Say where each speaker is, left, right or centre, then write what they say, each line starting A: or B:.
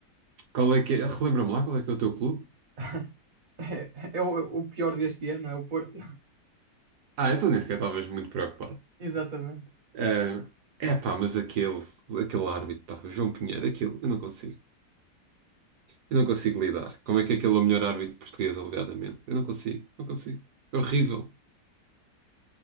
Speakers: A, on the right; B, on the right.
A: Qual é que é? Relembra-me lá qual é que é o teu clube?
B: <laughs> É, é o, é o pior deste ano, é o Porto.
A: Ah, então nem sequer estavas muito preocupado.
B: <laughs> Exatamente.
A: Ah, é pá, mas aquele, aquele árbitro, pá, o João Pinheiro, aquele, eu não consigo. Eu não consigo lidar. Como é que aquele é o melhor árbitro português, alegadamente? Eu não consigo, não consigo. É horrível.